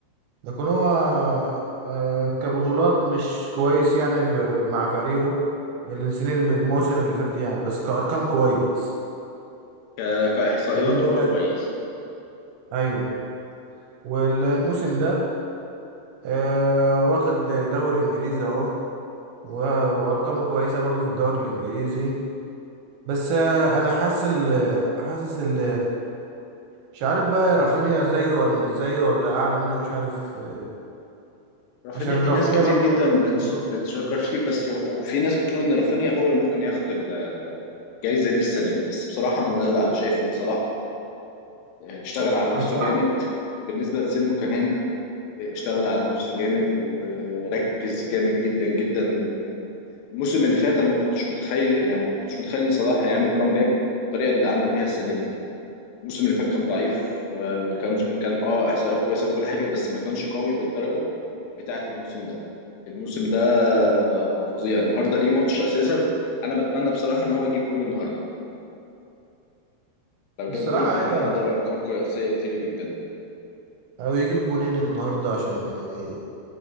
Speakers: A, on the right; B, on the left.
A: لكن هو آه، كبطولات مش كويس يعني ب- مع فريقه السنين الموسم اللي فات يعني بس كأرقام كويس
B: ك... كاحصائيات
A: والله
B: هو كويس
A: ايوه والموسم ده آه واخد دوري انجليزي اهو و- وارقامه كويسه برضو في الدوري الانجليزي بس آه انا حاسس ال حاسس ال مش عارف بقى رافينيا زيه ولا مش زيه ولا اعلى منه مش عارف آه،
B: رافينيا
A: عشان
B: في
A: رافينيا
B: ناس كتير
A: برضو
B: جدا
A: ممكن
B: بت...
A: يكون-
B: بتشكر فيه بس ر... وفي ناس بتقول ان رافينيا هو اللي ممكن ياخد ال- الجايزه دي السنه دي بس بصراحه انا لا انا شايف ان صلاح اشتغل على نفسه
A: الصراحه
B: جامد بالنسبه لسنه كمان اشتغل على نفسه جامد وركز جامد جدا جدا الموسم اللي فات انا ما كنتش متخيل يعني ما كنتش متخيل ان صلاح هيعمل كومباك بالطريقه اللي عمل بيها السنه دي الموسم اللي فات كان ضعيف آه، ما كانش كان اه احصائيه كويسه وكل حاجه بس ما كانش قوي بالدرجه بتاعه الموسم ده الموسم ده آه، فظيع النهارده ليه ماتش اساسا انا بتمنى بصراحه ان هو يجيب جون النهارده لو جاب
A: الصراحه
B: جون هيحضر
A: ايوه
B: ارقام قياسيه كتيره جدا
A: او يجيب جونين النهارده عشان آه، ي-